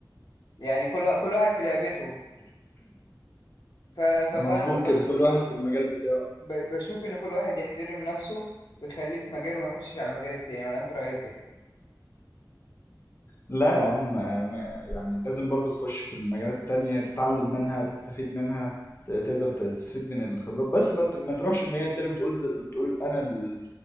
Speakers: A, on the left; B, on the left.
A: يعني كل وا- كل واحد في لعبته ف... ف...
B: مظبوط
A: فانا ب... بش...
B: كده كل واحد في المجال بتاعه
A: ب... بشوف ان كل واحد يحترم نفسه ويخليه في مجاله ما يخشش على مجال التاني ولا انت رأيك ايه؟
B: لا يا عم ما- يعني لازم برضو تخش في المجالات التانية تتعلم منها تستفيد منها ت- تقدر تستفيد من الخبرات بس ما ت- ما تروحش المجال التاني بتقول د- بتقول انا ال...